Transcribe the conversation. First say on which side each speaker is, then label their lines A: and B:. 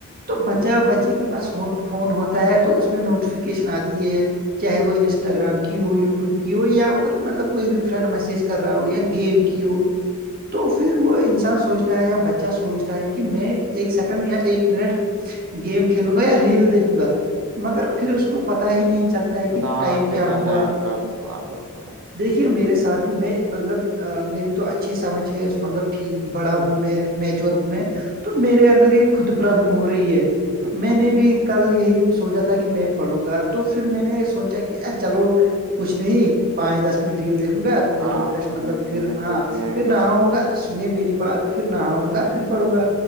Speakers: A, on the right; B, on the right.
A: تو بچہ بچی کے پاس فون ہوتا ہے تو اس میں نوٹیفکیشن آتی ہے چاہے وہ انسٹاگرام کی ہو یوٹیوب کی ہو یا مطلب کوئی بھی فرینڈ میسج کر رہا ہو یا گیم کی ہو تو پھر وہ انسان سوچتا ہے یا بچہ سوچتا ہے کہ میں ایک سیکنڈ یا ایک منٹ گیم کھیلوں گا یا ریل دیکھوں گا مگر پھر اس کو پتا ہی نہیں چلتا ہے
B: تو
A: کہ
B: ہاں
A: ٹائم
B: کتنا
A: کیا ہوا
B: ٹائم کاب نکلا بالکل
A: دیکھیے میرے ساتھ بھی میں مطلب میری تو اچھی سمجھ ہے مطلب ٹھیک بڑا ہوں میں میچور ہوں میں تو میرے اندر یہ خود پرابلم ہو رہی ہے
B: بالکل
A: میں نے
B: بالکل
A: بھی کل یہی سوچا تھا کہ میں پڑوں گا تو پھر میں نے سوچا کہ چلو کچھ نہیں پانچ دس ڈیل دیکھوں گا پھر
B: ہاں
A: ریفریش مطلب
B: ایسے
A: پھر
B: نکلتے
A: ہاں
B: ہیں ایک
A: پھر
B: دو
A: نہاؤں
B: گھنٹے
A: گا سنی میری بات پھر نہاؤں گا پھر
B: ہوں،
A: پڑھوں گا